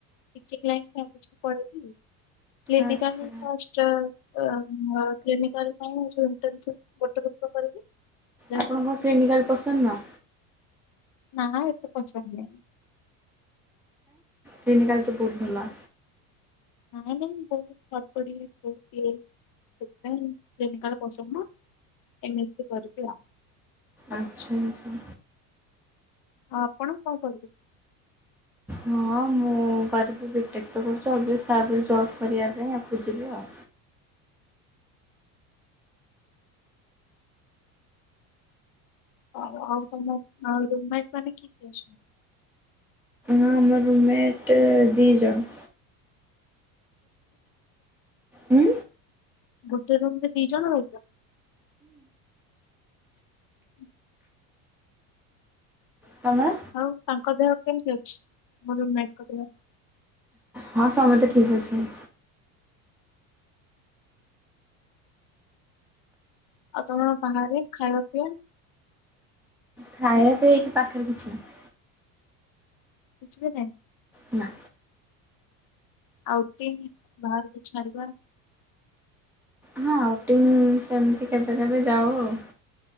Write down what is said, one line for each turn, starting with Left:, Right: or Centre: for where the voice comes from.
Left: ଟିଚିଂ ଲାଇନ ଆଉ କିଛି ପଳେଇବି କ୍ଲିନିକଲ
Centre: ଆଚ୍ଛା।
Left: ପଷ୍ଟ କ୍ଲିନିକଲ ପାଇଁ ଯୋଉ ଇଣ୍ଟର୍ନସିପ୍ ଗୋଟେ ବର୍ଷ କରିବି ଦେନ୍
Centre: ଆପଣଙ୍କୁ କ୍ଲିନିକାଲ ପସନ୍ଦ ନା
Left: ନାଁ ଏତେ ପସନ୍ଦ ନାଇଁ
Centre: କ୍ଲିନିକାଲ ତ ବହୁତ ଭଲ
Left: ନାଇଁ ନାଇଁ ବହୁତ ହଡପଡି ବହୁତ ଇଏ ସେଥିପାଇଁ କ୍ଲିନିକାଲ ପସନ୍ଦ ଏମିତି କରିବି ଆଉ ଭାବୁଛି
Centre: ଆଚ୍ଛା ଆଛ
Left: ଆପଣ କଣ କରିବେ
Centre: ହଁ ମୁଁ ଗରିବି ବିଟେକ୍ ତ କରୁଛି ଅଭ ତାପରେ ଜବ୍ କରିବା ପାଇଁ ଆଗକୁ ଯିବି ଆଉ
Left: ଆଉ ତମ ରଟ ମାନେ କିଏ କିଏ ଅଛନ୍ତି?
Centre: ହଁ ଆମର ମେଟ୍ ଦି ଜଣ ହୁଁ
Left: ଗୋଟେ ରୁମରେ ଦି ଜଣ ରହିଛ ହୁଁ
Centre: ତମର?
Left: ଆଉ ତାଙ୍କ ଦେହ କେମିତି ଅଛି ମ କରିବା <unintelligible>
Centre: ହଁ ସମସ୍ତେ ଠିକ୍ ଅଛନ୍ତି।
Left: ଆଉ ତମର ବାହାରେ ଖାଇବା ପିଇବା
Centre: ଖାଇବା ପାଇଁ ଏଠି ପାଖରେ କିଛି ନାହି
Left: କିଛି ବି ନାହିଁ
Centre: ନା
Left: ଆଉଟି ବାହାରକୁ ଛାଡିବା
Centre: ହଁ ଆଉଟିଙ୍ଗ ସେମିତି କେବେ କେବେ ଯାଉ ଆଉ